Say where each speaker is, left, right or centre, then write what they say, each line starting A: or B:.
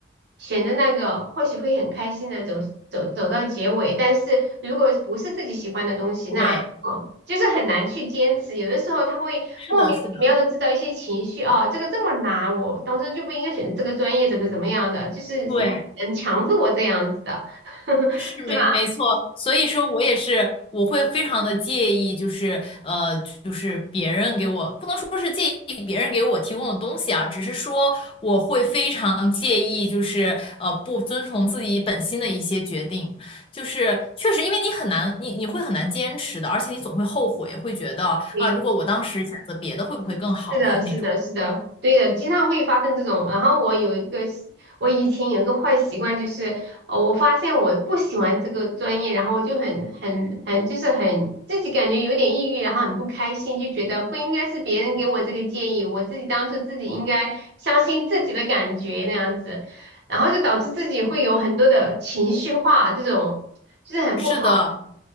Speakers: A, on the right; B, on the left.
A: 选择那个或许会很开心的走走走到结尾。但是如果不是自己喜欢的东西，
B: 对，
A: 那哦就是很难去坚持。有的时候他会莫名其妙的制造一些情绪，
B: 是的，是的。
A: 哦，这个这么难，我当时就不应该选择这个专业，怎么怎么样的，就是是很强制我这样子的，
B: 对，
A: <laughs>
B: 是没没错，
A: 是吧？
B: 所以说我也是，我会非常的介意，就是呃，就是别人给我，不能说是介意别人给我提供的东西啊，只是说我会非常介意，就是呃，不遵从自己本心的一些决定，就是确实，因为你很难，你你会很难坚持的，而且你总会后悔，会觉得啊，
A: 对
B: 如果我当时选择别的，会不会更好？
A: 是的，
B: 就是那种，
A: 是的，是的，对的，经常会发生这种。然后我有一个习，我以前有一个坏习惯，就是呃，我发现我不喜欢这个专业，然后我就很很很，就是很自己感觉有点抑郁，然后很不开心，就觉得不应该是别人给我这个建议，我自己当初自己应该相信自己的感觉那样子，然后就导致自己会有很多的情绪化，这种就是很不好。
B: 是的，